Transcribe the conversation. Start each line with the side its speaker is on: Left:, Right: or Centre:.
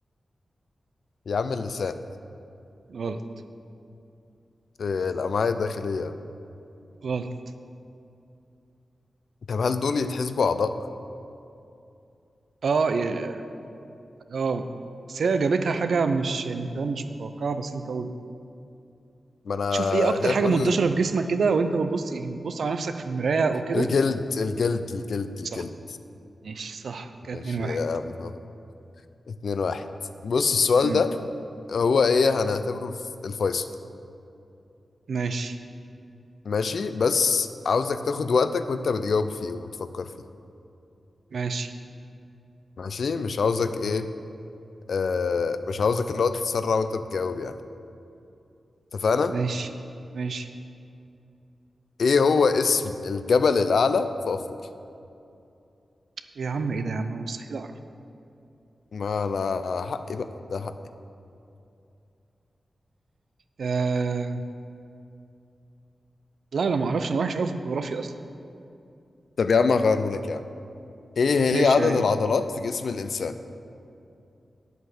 Left: يا عم اللسان
Right: غلط
Left: آه، الامعاء الداخليه
Right: غلط
Left: طب هل دول يتحسبوا اعضاء
Right: اه يا اه بس هي اجابتها حاجه مش يعني فاهم مش متوقعه بس انت قول
Left: ما انا
Right: شوف ايه اكتر
Left: خايف
Right: حاجه
Left: اقول
Right: منتشره في جسمك كده وانت بتبص يعني بتبص على نفسك في المرايه وكده
Left: الجلد الجلد الجلد الجلد
Right: صح ماشي صح كده
Left: ماشي
Right: 2 1
Left: يا عم أهو. اتنين واحد بص السؤال
Right: امم
Left: ده هو ايه هنعتبره الف- الفيصل
Right: ماشي
Left: ماشي بس عاوزك تاخد وقتك وانت بتجاوب فيه وبتفكر فيه
Right: ماشي
Left: ماشي مش عاوزك ايه آه مش عاوزك اللي هو تتسرع وانت بتجاوب يعني اتفقنا
Right: ماشي ماشي
Left: ايه هو اسم الجبل الاعلى في افريقيا
Right: إيه يا عم ايه ده يا عم مستحيل اعرف
Left: ما انا حقي بقى ده حقي
Right: آه... لا انا ما اعرفش انا وحش قوي في الجغرافيا اصلا
Left: طب يا عم هغيره لك يا عم ايه
Right: ماشي
Left: هي عدد
Right: يا ري
Left: العضلات في جسم الانسان